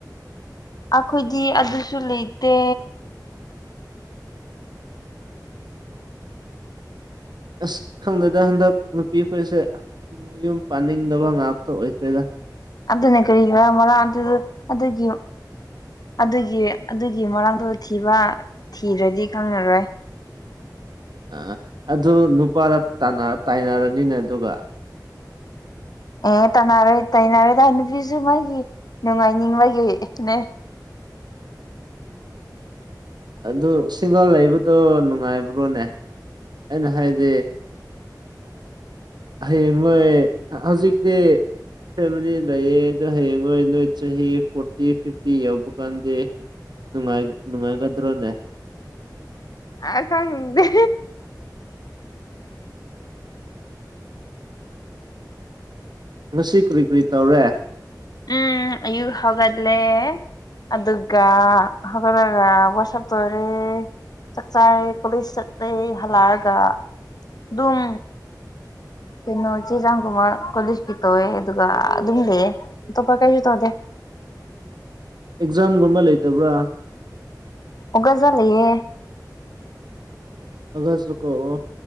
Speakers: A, on the left (about 60°); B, on the right (about 75°).
A: ꯑꯩꯈꯣꯏꯗꯤ ꯑꯗꯨꯁꯨ ꯂꯩꯇꯦ
B: ꯑꯁ ꯈꯪꯗꯦꯗ ꯍꯟꯗꯛ ꯅꯨꯄꯤ ꯑꯩꯈꯣꯏꯁꯦ ꯌꯨꯝ ꯄꯥꯅꯤꯡꯗꯕ ꯉꯥꯛꯇ ꯑꯣꯏꯈ꯭ꯔꯦꯗ
A: ꯑꯗꯨꯅꯦ ꯀꯔꯤ ꯀꯔꯥ ꯃꯔꯥ ꯑꯗꯨ ꯑꯗꯨꯒꯤ ꯑꯗꯨꯒꯤ ꯑꯗꯨꯒꯤ ꯃꯔꯛꯇꯣ ꯊꯤꯕ ꯊꯤꯔꯗꯤ ꯈꯪꯉꯔꯣꯏ
B: ꯑ ꯑꯗꯨ ꯅꯨꯄꯥꯗ ꯇꯥꯅ ꯇꯥꯏꯅꯔꯅꯤꯅꯦ ꯑꯗꯨꯒ
A: ꯑꯦ ꯇꯥꯟꯅꯔꯣꯏ ꯇꯥꯏꯅꯔꯣꯏꯗ ꯅꯨꯄꯤꯁꯨ ꯃꯥꯒꯤ ꯅꯨꯡꯉꯥꯏꯅꯤꯡꯕꯒꯤꯅꯦ
B: ꯑꯗꯨ ꯁꯤꯡꯒꯜ ꯂꯩꯕꯗꯣ ꯅꯨꯡꯉꯥꯏꯕ꯭ꯔꯣꯅꯦ ꯑꯩꯅ ꯍꯥꯏꯗꯤ ꯍꯌꯦꯡꯂꯣꯏ ꯍꯧꯖꯤꯛꯇꯤ ꯐꯦꯃꯤꯂꯤ ꯂꯩꯌꯦꯗꯣ ꯍꯌꯦꯡꯋꯥꯏ ꯅꯣꯏ ꯆꯍꯤ ꯐꯣꯔꯇꯤ ꯐꯤꯐꯇꯤ ꯌꯧꯕ ꯀꯥꯟꯗꯤ ꯅꯨꯡꯉꯥꯏ ꯅꯨꯡꯉꯥꯏꯒꯗ꯭ꯔꯣꯅꯦ
A: ꯑ ꯈꯪꯗꯦ
B: ꯉꯁꯤ ꯀꯔꯤ ꯀꯔꯤ ꯇꯧꯔꯦ
A: ꯎꯝ ꯑꯌꯨꯛ ꯍꯧꯒꯠꯂꯦ ꯑꯗꯨꯒ ꯍꯧꯒꯠꯂꯒ ꯋꯥꯁꯞ ꯇꯧꯔꯤ ꯆꯛꯆꯥꯔꯦ ꯀꯣꯂꯦꯖ ꯆꯠꯂꯦ ꯍꯜꯂꯛꯑꯒ ꯑꯗꯨꯝ ꯀꯩꯅꯣ ꯆꯦ ꯆꯥꯡꯒꯨꯝꯕ ꯀꯣꯂꯤꯖꯀꯤ ꯇꯧꯋꯦ ꯑꯗꯨꯒ ꯑꯗꯨꯝ ꯂꯩꯑꯦ ꯑꯇꯣꯞꯄ ꯀꯩꯁꯨ ꯇꯧꯗꯦ
B: ꯑꯦꯛꯖꯥꯝꯒꯨꯝꯕ ꯂꯩꯇꯕ꯭ꯔꯥ
A: ꯑꯣꯒꯖ ꯂꯩꯌꯦ
B: ꯑꯒꯁꯁꯨ ꯀꯥꯎꯑꯣ